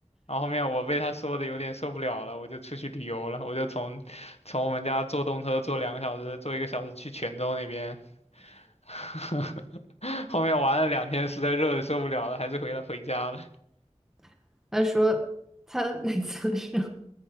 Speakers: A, on the left; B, in the centre.
A: 然后后面我被他说的有点受不了了，我就出去旅游了，我就从从我们家坐动车坐两个小时，坐一个小时去泉州那边。<laughs> 后面玩了两天，实在热的受不了了，还是回了回家了。
B: <laughs> 她说她 <laughs> 每次说